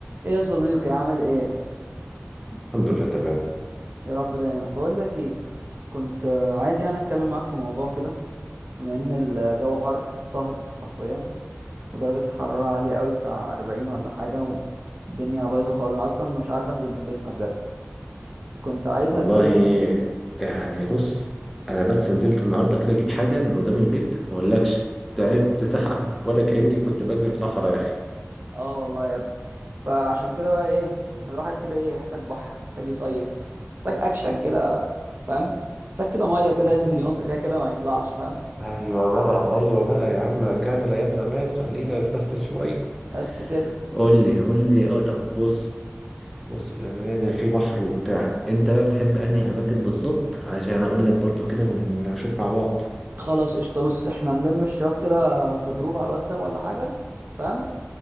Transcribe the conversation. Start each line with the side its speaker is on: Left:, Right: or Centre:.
Right: ايه يا صديقي عامل ايه
Centre: الحمد لله تمام
Right: يا رب دايما بقول لك ايه كنت آه، عايز يعني اتكلم معاك في موضوع كده بما ان الجو حر صهد حرفيا ودرجة الحرارة عالية قوي بتاع 40 ولا حاجة والدنيا بايظة خالص انا اصلا مش عارف انزل من بيتنا بجد كنت عايزك
Centre: والله
Right: ايه
Centre: يعني بص انا بس نزلت النهارده كده اجيب حاجه من قدام البيت ما اقولكش تعبت <laughs> تعب ولا كاني كنت بجري في صحراء يا اخي
Right: اه والله يا ابني فعشان كده بقى ايه احنا الواحد كده ايه محتاج بحر محتاج يصيف محتاج اكشن كده فاهم محتاج كده مية كده
Centre: ايوه
Right: ينزل ينط
Centre: بقى
Right: فيها كده ما يطلعش فاهم
Centre: ايوه بقى ايوه بقى يا عم رجعنا لايام زمان خلينا نتنفس شويه
Right: بس كده
Centre: قول لي قول لي اه طب بص بص بامانه في بحر وبتاع انت بقى بتحب انهي اماكن بالظبط عشان اقول لك برضو كده ونشوف مع بعض
Right: خلاص قشطة بص احنا نلم الشباب كده في جروب على الواتساب ولا حاجة فاهم